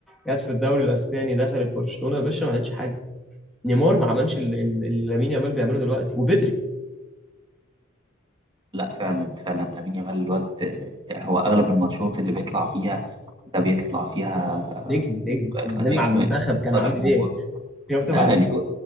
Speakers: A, in the centre; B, on the right (about 25°).
A: جت في الدوري الاسباني دخلت برشلونه يا باشا ما عملتش حاجه نيمار ما عملش اللي اللي- اللي لامين يامال بيعمله دلوقتي وبدري
B: لا فعلا فعلا لامين يامال الواد آه، هو اغلب الماتشات اللي بيطلع فيها ده بيطلع فيها
A: نجم نجم
B: آه،
A: وبعدين
B: نجم
A: مع المنتخب كان
B: طالب
A: عامل
B: المباراه
A: ايه؟ شفت مع
B: آه،
A: الم-
B: اليورو